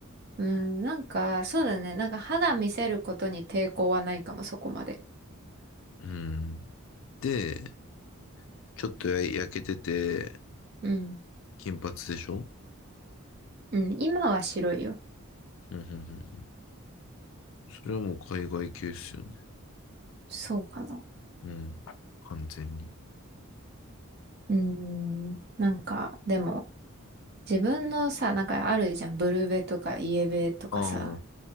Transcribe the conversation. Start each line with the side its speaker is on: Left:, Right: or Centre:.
Right: うん、なんか、そうだね。なんか肌見せることに抵抗はないかも、そこまで。
Left: うん。で、ちょっとや焼けてて、
Right: うん、
Left: 金髪でしょ
Right: うん。今は白いよ。
Left: うん、うん、うん。うんそれはもう海外系っすよね。
Right: そうかな。
Left: うん。完全に。
Right: うーん、なんか、でも、自分のさ、なんかあるじゃん。ブルベとかイエベとかさ、
Left: ああ、